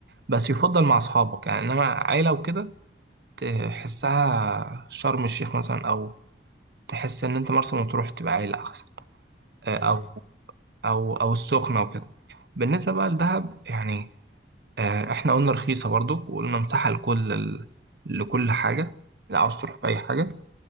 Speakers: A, on the right; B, on the right.
A: بس يفضل مع اصحابك يعني انما عيله وكده تحسها
B: مم.
A: شرم الشيخ مثلا او تحس ان انت مرسى مطروح تبقى عيله احسن آه،
B: ايوه
A: او
B: ايوه
A: او او السخنه وكده بالنسبه بقى لدهب يعني آه، احنا قلنا رخيصه برضو وقلنا متاحه لكل ال- لكل حاجه لا عاوز تروح في اي حاجه